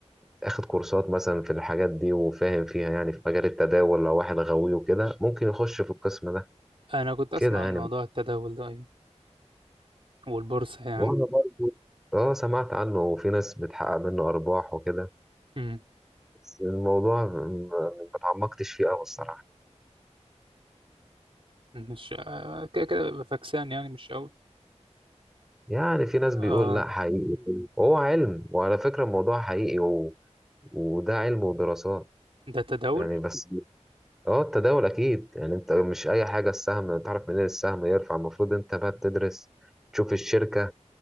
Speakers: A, in the centre; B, on the right.
A: اخد كورسات مثلا في الحاجات دي وفاهم فيها يعني في مجال التداول لو واحد غاوي وكده ممكن يخش في القسم ده
B: انا كنت اسمع
A: كده
B: عن
A: يعني
B: موضوع التداول ده ايوه والبورصه يعني
A: وانا برضه اه سمعت عنه وفي ناس بتحقق منه ارباح وكده
B: امم
A: بس الموضوع م- ما اتعمقتش فيه قوي الصراحه
B: مش آه، كده كده ببقى فاكسان يعني مش قوي
A: يعني في ناس
B: اه
A: بيقول لا حقيقي وهو علم وعلى فكرة الموضوع حقيقي و... وده علم ودراسات
B: ده تداول
A: يعني بس اه التداول اكيد يعني انت مش اي حاجة السهم تعرف منين السهم يرفع المفروض انت بقى بتدرس تشوف الشركة